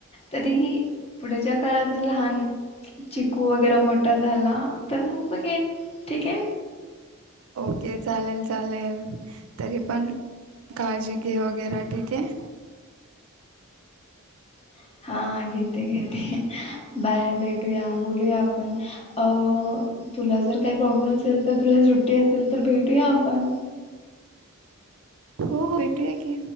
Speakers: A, on the left (about 25°); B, on the right (about 65°).
A: तरीही... पुढेच्या काळात लहान चिकव जरा मोठा झाला तर तर मग बघेन ठीक आहे.
B: ओके चालेल चालेल तरी पण काळजी घे वगैरे ठीक आहे.
A: रिकामा ऑडिओ हा घेते घेते बाय भेटूया बोलूया आपण अ... तुला जर काही प्रॉब्लेम असेल तर तुला सुट्टी असेल तर भेटूया आपण.
B: हो भेटूया की.